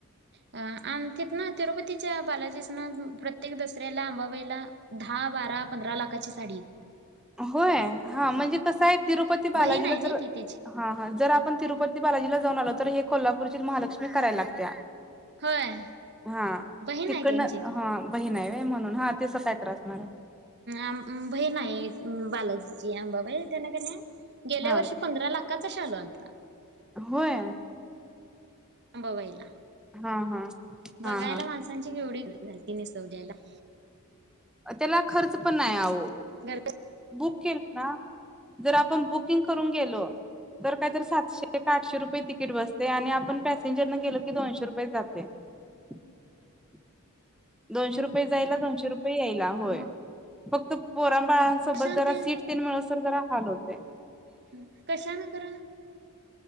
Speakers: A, on the right; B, in the centre.
A: अ आमच्यात ना तिरुपतीच्या बालाजीसनं प्रत्येक दसऱ्याला आंबाबाईला दहा, बारा, पंधरा लाखाची साडीे येतीया.
B: होय? हा म्हणजे कसं हाय तिरुपती बालाजीला
A: बहीण आहे ना
B: जर
A: ती त्याची
B: हां हां जर आपण तिरुपती बालाजीला जाऊन आलो तर हे कोल्हापूरची महालक्ष्मी कराय लागत्या.
A: होय
B: हां,
A: बहीण
B: तिकडन
A: आहे त्यांची ती
B: हा बहीण हाय व्हय? म्हणून हा तिसं काय तर असणार हाय.
A: आम बहीण हाय बालाजीची आंबाबाई, तेन कणी गेल्या
B: हा
A: वर्षी पंधरा लाखाचा शालू आलता.
B: होय?
A: अंबाबाईला,
B: हा हा
A: बघायला
B: हा हा
A: माणसांची केवढी गर्दी झालती निसवल्याला.
B: त्याला खर्च पण नाही आवो,
A: गर्दी
B: बुक केल ना जर आपण बुक किंग करून गेलो तर काय तर सातशे काय आठशे रुपये तिकीट बसतय, आणि आपण पॅसेंजर न गेलो की दोनशे रुपयेत जातय. <inaudible> दोनशे रुपये जायला, दोनशे रुपये यायला, होय
A: मग
B: फक्त पोरां बाळां सोबत
A: कशानं
B: जरा
A: ते
B: सीट तीन मिळस तवर जरा हाल होतय.
A: हम कशान खर?